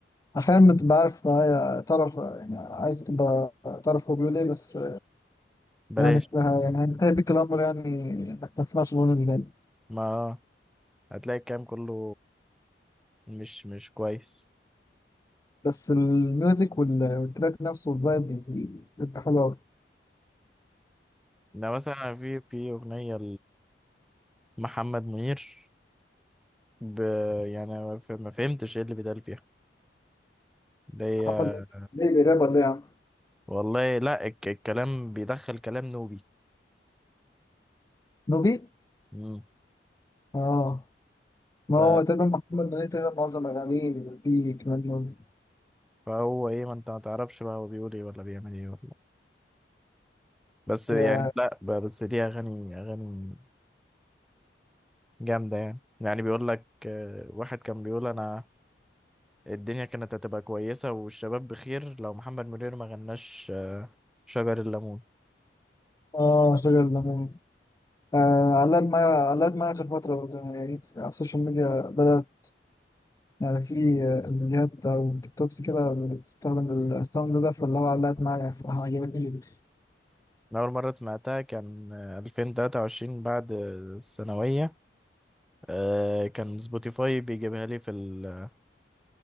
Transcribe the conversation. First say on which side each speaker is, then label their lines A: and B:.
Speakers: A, on the left; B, in the centre.
A: احيانا بتبقى عارف معايا تعرف يعني عايز تبقى تعرف هو بيقول ايه بس
B: بلاش
A: يعني اسمها يعني هيبك الأمر يعني إنك ما تسمعش الأغنية دي تاني
B: ما آه، هتلاقي الكلام كله مش مش كويس
A: بس الميوزك وال- والتراك نفسه والفايب بي- بيبقى حلو أوي
B: ده مثلا في في اغنية لمحمد منير ب... يعني ما ف- ما فهمتش ايه اللي بيتقال فيها ده هي-
A: محمد منير ليه بيراب ولا إيه يا عم؟
B: والله لا الك- الكلام بيدخل كلام نوبي
A: نوبي؟
B: مم.
A: آه ما
B: ف
A: هو تقريبا محمد منير تقريبا معظم أغانيه بيبقى فيه كلام نوبي
B: فهو ايه ما انت ما تعرفش بقى هو بيقول ايه ولا بيعمل ايه ولا بس يعني
A: آه
B: لا ب- بس دي اغاني اغاني جامده يعني يعني بيقول لك آه، واحد كان بيقول انا الدنيا كانت هتبقى كويسه والشباب بخير لو محمد منير ما غناش آه، شجر الليمون
A: آه، شجر الليمون آه علاد معايا علاد معايا آخر فترة برضه يعني على السوشيال ميديا بدأت يعني في آه، فيديوهات أو تيك توكس كده بتستخدم الساوند ده فاللي هو علقت معايا الصراحة عجبتني جدا.
B: أنا أول مرة سمعتها كان آه، 2023 بعد آه، الثانوية آه، كان سبوتيفاي بيجيبها لي في ال...